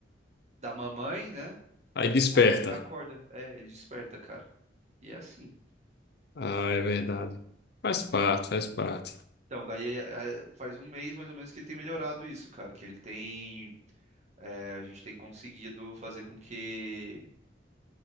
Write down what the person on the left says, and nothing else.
Aí desperta.
Ah, é verdade. Faz parte, faz parte.